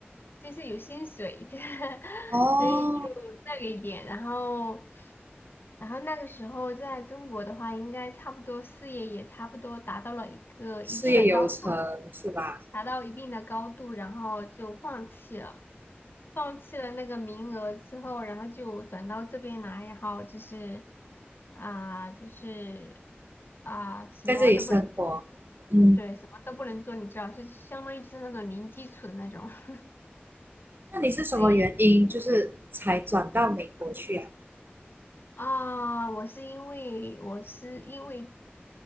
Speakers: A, on the left (about 60°); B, on the right (about 60°).
A: 就是有薪水，<laughs>
B: 哦，
A: 所以就那个一点，然后然后那个时候在中国的话，应该差不多事业也差不多达到了一个一定的高度。
B: 事业有成是吧？
A: 达到一定的高度，然后就放弃了，放弃了那个名额之后，然后就转到这边来，然后就是啊、就是啊、什么都不能，
B: 在这里生活，嗯，
A: 对，什么都不能做，你知道，就相当于就是那种零基础的那种，<laughs>
B: 那你是什么原因就是才转到美国去啊？
A: 所以啊、我是因为我是因为